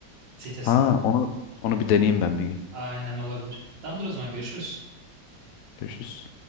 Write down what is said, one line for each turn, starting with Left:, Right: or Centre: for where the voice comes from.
Right: sitesinden.
Left: Ha onu onu bir deneyeyim ben bir gün.
Right: Aynen olabilir. Tamamdır o zaman görüşürüz.
Left: Görüşürüz.